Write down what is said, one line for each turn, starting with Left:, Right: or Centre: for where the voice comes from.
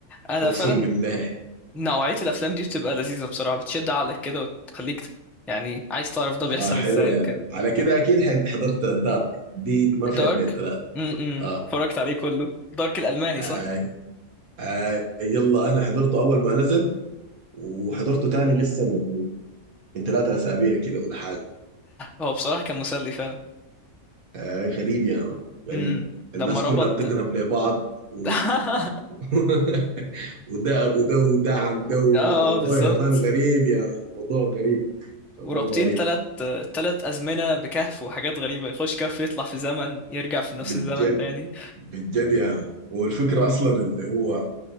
Centre: انا
Right: اقسم
Centre: فعلا
Right: بالله
Centre: نوعية الأفلام دي بتبقى لذيذة بصراحة بتشد عقلك كده وتخليك ت- يعني عايز تعرف ده بيحصل
Right: اه حلوه
Centre: ازاي
Right: يعني
Centre: وكده
Right: على كده اكيد ح- حضرت دارك دي ما فيها
Centre: دارك
Right: اتنين تلاته
Centre: امم
Right: اه
Centre: اتفرجت عليه كله دارك الألماني
Right: آي.
Centre: صح؟
Right: آي. يلا انا حضرته اول ما نزل وحضرته تاني لسه من من ثلاثة أسابيع كده ولا حاجة
Centre: هو بصراحة كان مسلي فعلا
Right: آه غريب يا مان. غريب
Centre: امم لما
Right: الناس
Centre: ربط
Right: كلها بتقرب لبعض و...
Centre: <laughs>
Right: <laughs> وده أبو ده وده عم ده
Centre: اه
Right: الموضوع
Centre: بالظبط
Right: يا مان غريب يا مان موضوع غريب موضوع
Centre: ورابطين
Right: غريب
Centre: تلات تلات أزمنة بكهف وحاجات غريبة يخش كهف يطلع في زمن يرجع في نفس
Right: بالجد
Centre: الزمن تاني
Right: بالجد يا مان والفكرة أصلا اللي هو